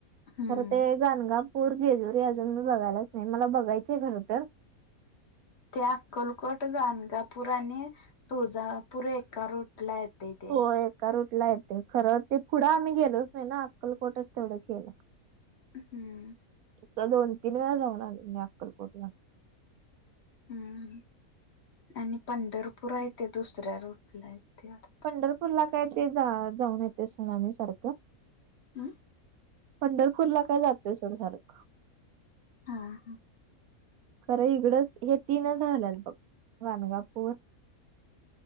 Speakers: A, on the left; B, on the right.
A: हम्म
B: तर ते गाणगा <inaudible> पूर जेजूरी अजून मी बघायलाच नाही. मला बघायचं खर तर
A: त्या अक्कलकोट गानगापूर आणि तुळजापूर एका रूट ला येते ते
B: हो एका रूट ला येते खर ते पुढं आम्ही गेलोच नाही ना अक्कलकोटच तेवढं केेलं
A: हम्म
B: <unintelligible> दोन तीन वेळा जाऊन आले मी अक्कलकोटला
A: हम्म आणि पंढरपूर आहे ते दुसऱ्या रूटला ते <unintelligible>
B: पंढरपूरला काय ते जा जाऊन येते ना आम्ही सारखं
A: हम
B: पंढरपूरला काय जातोय सोड सारखं
A: हा हा
B: खरं इकडंच हे तीनच झाल्यात बघ गानगापूर